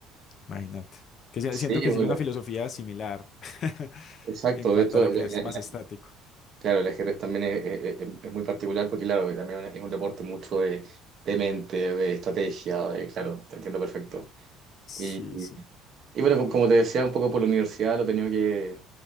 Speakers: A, on the left (about 40°); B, on the right (about 40°).
A: imagínate. Que si-
B: Sí,
A: siento que
B: bueno,
A: sigue una filosofía similar <laughs>
B: exacto,
A: en cuanto
B: de hecho,
A: a la
B: en,
A: que es
B: en
A: más estático.
B: Claro, el ajedrez también es, es- es- es muy particular porque, claro, también es un deporte mucho de, de mente, de estrategia, de- claro, te entiendo perfecto.
A: Sí,
B: Y,
A: sí.
B: y bueno, como como te decía, un poco por la universidad lo he tenido que